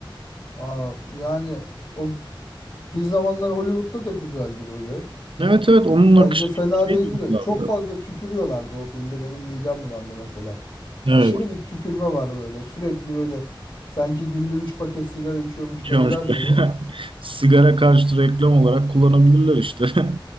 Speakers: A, on the left; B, on the right.
A: Aa, yani o bir zamanlar Hollywood'da da güzeldi böyle.
B: Evet evet onun
A: Bence
B: akışı
A: fena
B: şeydi
A: değildi
B: güzeldi.
A: de çok fazla tükürüyorlardı o filmde. Benim midem bulandı mesela.
B: Evet.
A: Aşırı bir tükürme var böyle. Sürekli böyle sanki günde 3 paket sigara içiyormuş
B: Bir şey
A: dayılar
B: olmuş.
A: gibi.
B: <laughs> Sigara karşıtı reklam olarak kullanabilirler işte. <laughs>